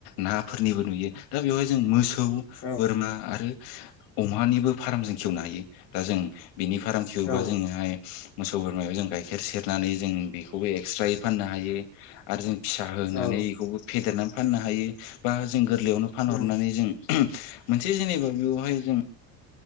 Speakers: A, on the left (about 80°); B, on the left (about 40°).
A: नाफोरनिबो नुयो दा बेवहाय जों मोसौ
B: औ
A: बोरमा आरो अमानिबो फार्म जों खेवनो हायो दा जों बिनि फाराम खेवोबा
B: औ
A: जोंहाय मोसौ बोरमाखौ जों गाइखेर सेरनानै जों बेखौबो एक्सट्रायै फाननो हायो आरो जों फिसा होनानै
B: औ
A: बेखौबो फेदेरनानै फाननो हायो बा जों गोरलैयावनो फानहरनानै
B: उम
A: जों मोनसे जेनेबा बेयावहाय जों